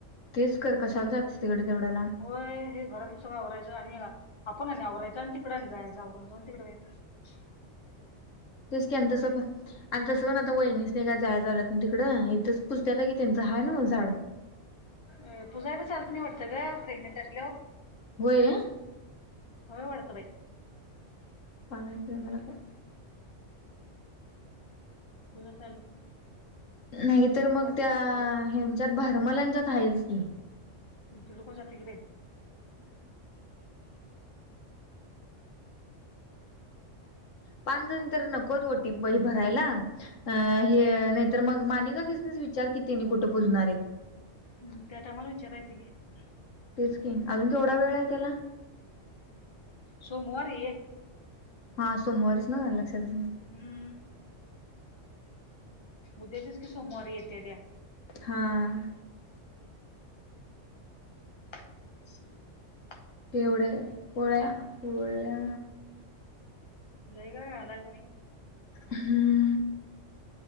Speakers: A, on the left; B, on the left.
A: तेच कर कशाला जातीस तिकडं तेवढ्या लांब
B: होय हे घरातलं सगळं आवरायचं आणि आपण आणि आवरायचं आणि तिकडं जायाच आवरून जाऊन दे तिकडं बाई <unintelligible>
A: तेच की आणि तसं पण आणि तसं पण आता वहिनीसनी काय जायाय चालंत तिकडं इथंच पूजत्यातकी त्यांचं आहे नवं झाड
B: अं पुजायला चालत नाही वाटतं ग प्रेग्नेंट असल्यावर
A: होय
B: होय वाढतं बाई
A: काय माहित नाही मला काय.
B: पूजाय चालत नाही
A: नाही तर मग
B: चौकशी
A: त्या
B: करायला लागते
A: ह्यांच्यात भारमलांच्यात आहेच की
B: तिकडे कोण जातयं ग बाई
A: पाच जणी तर नकोत ओटीत बाई भरायला अ हे नाहीतर मग मानिका तेनासनीच विचार की तेनी कुठे पुजणार आहेत?
B: हूं त्या टायमाला विचारायचं की
A: तेच की अजून केवढा वेळ आहे त्याला
B: सोमवारी
A: हा सोमवारीच नवं लक्षातच नाही
B: हूं उद्याच्याच की सोमवारी येतेल्या
A: हां
B: <unintelligible>
A: केवढ्या पोळ्या पोळ्या
B: लई काय घालायचं नाही
A: हूऊ